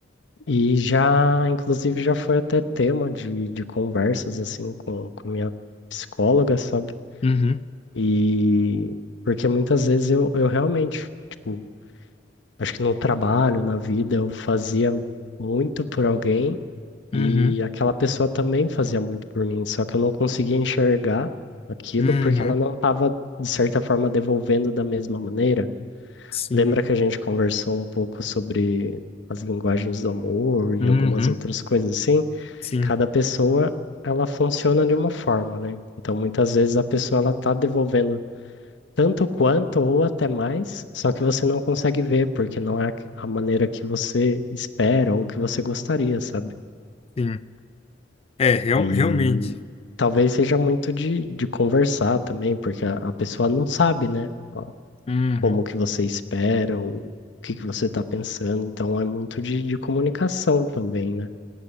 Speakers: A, on the left; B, on the left.
A: E já, inclusive, já foi até tema de, de conversas, assim, com, com minha psicóloga, sabe?
B: Uhum,
A: E porque muitas vezes eu, eu realmente. tipo, Acho que no trabalho, na vida, eu fazia muito por alguém
B: uhum,
A: e aquela pessoa também fazia muito por mim, só que eu não conseguia enxergar aquilo
B: uhum,
A: porque ela não estava, de certa forma, devolvendo da mesma maneira.
B: sim,
A: Lembra que a gente conversou um pouco sobre as linguagens do amor e
B: uhum,
A: algumas outras coisas assim?
B: sim,
A: Cada pessoa, ela funciona de uma forma, né? Então, muitas vezes a pessoa ela está devolvendo tanto quanto ou até mais, só que você não consegue ver, porque não é a maneira que você espera ou que você gostaria, sabe?
B: sim. É, real,
A: E
B: realmente.
A: talvez seja muito de, de conversar também, porque a, a pessoa não sabe, né? ó,
B: Uhum.
A: Como que você espera ou o que que você está pensando. Então é muito de, de comunicação também, né?